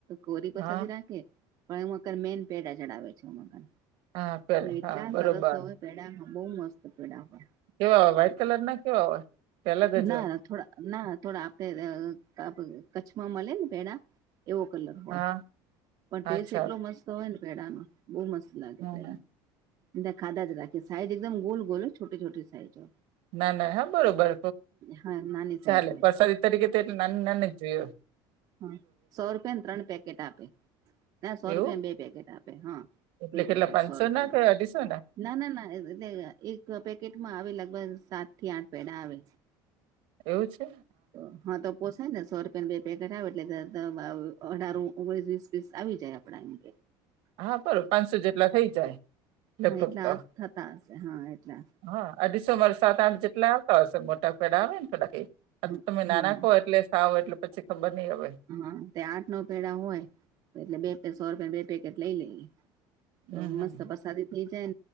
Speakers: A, on the right; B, on the right.
A: કોરી પાછથી
B: હા
A: રાખે પણ હ મગર મેન પેટ ચડાવ છે મગર
B: હા પેલા
A: એટલા
B: હા બરોબર
A: સરસ હોય પેડા બહુ મસ્ત પેડા હોય.
B: કેવા હોય વ્હાઈટ કલર ના કેવા હોય. કે અલગ જ
A: ના
B: હોય
A: થોડા ના થોડા આપણે કચ્છમાં મળે ને પેડા એવો કલર હોય
B: હા
A: પણ ટેસ્ટ
B: અચ્છા
A: એટલો મસ્ત હોય ને પેડાનો બહુ મસ્ત. લાગે
B: હમ
A: પે
B: હમ
A: એ ખાધા જ રાખે સાજ એકદમ ગોલ ગોલ છોટટી છટી સાઇજ હો.
B: ના ના હા બરોબર.
A: હા નાની સાઈઝ
B: ચાલે
A: હોય.
B: વરસાદી તરીકે તો એટલે નાન નાન જોયયો.
A: હા સો રૂપિયા ને ત્રણ પેકેટ આપે. ના સો રૂપિયાને
B: એવું
A: બે પેકેટ આપે હા
B: એટલે
A: બે
B: કેટલા
A: પેકેટ
B: પાંચસો
A: સો રૂપિયાનું.
B: ના કે અઢીસો
A: ના ના ના એટલે એક પેકેટમાં આવે લગભગ સાત થી આઠ પેડા આવે.
B: એવું છે.
A: તો હા તો. પોસાય ને સો રૂપિયાને બે પેકેટ આવે એટલે અઢાર ઓગણીસ વીસ પીસ આવી જાય આપણા. <inaudible>
B: હા બરો પાંચસો જેટલા થઈ જાય લેપટોપ
A: હા એટલા
B: તો.
A: થતા હશે હા એટલે.
B: હા આસો મારે સાત આઠ જેટલા આવતા હોયશે મોટા પેડા આવે ને થોડા આ
A: હમ
B: તો તમે ના ના કહો એટલે સાવ એટલે પછી ખબર નહી આવે
A: હા તે આઠ નવ પેડા હોય તો એટલે બે સો રૂપિયાને બે પેકેટ લઈ લઈ તો
B: હમ હમ
A: મસ્ત પ્રસાદી થઇ જાય